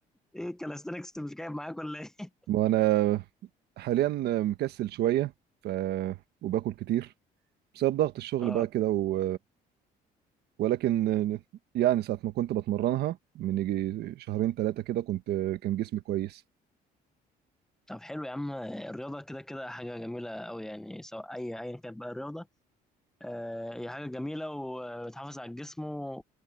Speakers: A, in the centre; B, on the right.
A: ايه كالاستنكس مش جايب معاك ولا ايه
B: وانا حاليا مكسل شويه ف وباكل كتير بسبب ضغط الشغل
A: اه
B: بقى كده و... ولكن يعني ساعة ما كنت بتمرنها من يجي شهرين ثلاثة كده كنت كان جسمي كويس
A: طب حلو يا عم الرياضة كده كده حاجة جميلة أوي يعني سواء أي أيا كانت بقى الرياضة آه، هي حاجة جميلة وبتحافظ على الجسم و...